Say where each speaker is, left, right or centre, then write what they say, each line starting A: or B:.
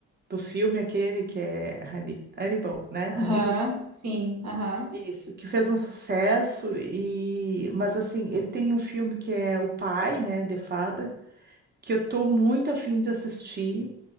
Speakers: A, on the right; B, on the right.
A: do filme aquele que é Hanni- Hannibal, né? Hannibal.
B: Aham. Sim, aham.
A: Isso, que fez um sucesso e, mas assim, ele tem um filme que é O Pai, né, The Father, que eu tô muito afim de assistir